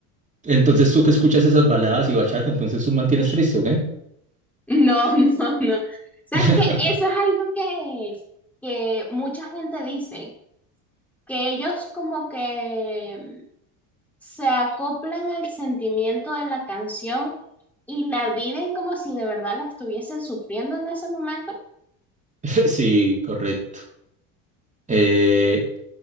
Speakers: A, on the right; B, in the centre.
A: entonces tú que escuchas esas baladas y bachata, entonces tú mantienes triste, ¿o qué?
B: No, <laughs> no, no. ¿Sabes
A: <laughs>
B: qué? Eso es algo que, que mucha gente dice, que ellos como que mm, se acoplan al sentimiento de la canción y la viven como si de verdad la estuviesen sufriendo en ese momento.
A: Sí, correcto. Eh,